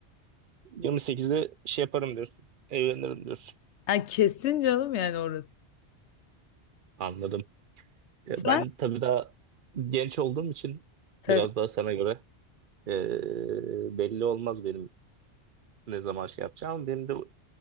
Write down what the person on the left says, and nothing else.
Yani kesin canım yani orası.
Sen?
Tabii